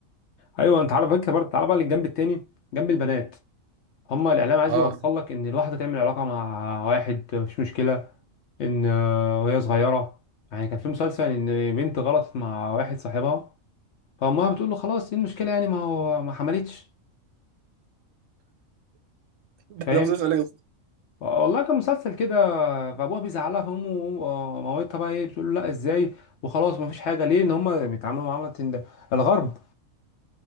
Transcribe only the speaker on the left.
ايوه انت على فكره برضه تعالى بقى للجنب التاني جنب البنات هما الاعلام عايز
يوصل
لك ان الواحده تعمل علاقه مع واحد مفيش مشكله ان آه، وهي صغيره يعني كان في مسلسل ان بنت غلطت مع واحد صاحبها فامها بتقول له خلاص ايه المشكله يعني ما هو ما حملتش فاهم
والله كان مسلسل كده فابوها بيزعلها فامه ومامتها بقى ايه بتقول له لا ازاي وخلاص مفيش حاجه ليه ان هم بيتعاملوا معامله ال- الغرب